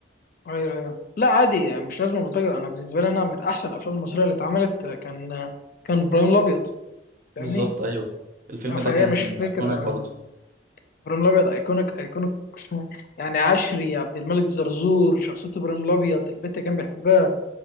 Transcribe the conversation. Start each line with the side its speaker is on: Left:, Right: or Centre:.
Left: ايوه ايوه لا عادي يعني مش لازم بلطجة انا بالنسبه لي انا من احسن الافلام المصريه اللي اتعملت كان كان ابراهيم الابيض فاهمني
Right: بالظبط أيوه الفيلم
Left: آه، فهي
Right: ده كان
Left: مش فكره
Right: أيكونيك
Left: آه،
Right: برضه
Left: ابراهيم الابيض ايكونيك ايكونيك <laughs> يعني عشري عبد الملك زرزور شخصيه ابراهيم الابيض البت كان بيحبها